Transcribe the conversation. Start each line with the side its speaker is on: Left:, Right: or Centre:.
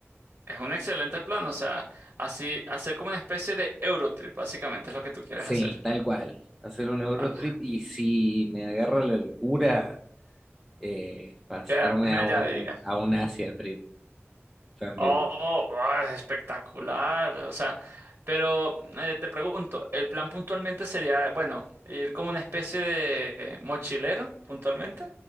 Right: es un excelente plan, o sea, así, hacer como una especie de Eurotrip, básicamente es lo que tú quieres
Centre: sí,
Right: hacer.
Centre: tal cual. Hacer un Eurotrip
Right: Ah,
Centre: y si me agarra la locura, eh, pasarme
Right: quedarme
Centre: a
Right: allá,
Centre: un,
Right: diga.
Centre: a un Asia Trip también.
Right: Oh, buah, es espectacular, o sea, pero eh, te pregunto, ¿el plan puntualmente sería, bueno, ir como una especie de eh, mochilero, puntualmente?